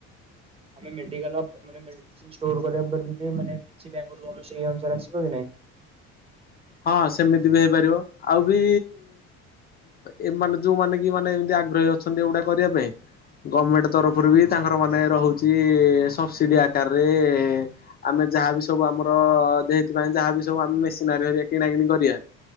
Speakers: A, on the right; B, on the left.
A: ଆମେ ମେଡ଼ିକାଲ ମାନେ ମେଡ଼ିସିନ୍ ଷ୍ଟୋର କରିବା ମାନେ କିଛି ବ୍ୟାଙ୍କରୁ ଲୋନ ସେଇ ଅନୁସାରେ ଆସିବ କି ନାଇଁ? <inaudible>
B: ହଁ ସେମିତି ବି ହେଇପାରିବ ଆଉ ବି ଏ ମାନେ ଯୋଉମାନେ କି ମାନେ ଏମତି ଆଗ୍ରହୀ ଅଛନ୍ତି ଏଗୁଡ଼ା କରିବା ପାଇଁ ଗମେଣ୍ଟ୍ ତରଫରୁ
A: ହଁ
B: ବି ତାଙ୍କର ମାନେ ରହୁ ଛି ସବସିଡି଼ ଆକାରରେ ଆମେ ଯାହାବି ସବୁ ଆମର ସେଥିପାଇଁ ଯାହାବି ସବୁ ଆମେ ମେସିନିହେରିକା କିଣା କିଣି କରିବା